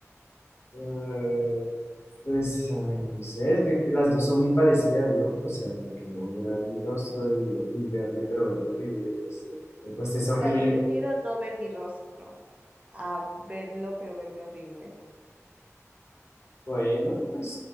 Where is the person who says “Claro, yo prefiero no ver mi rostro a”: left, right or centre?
Right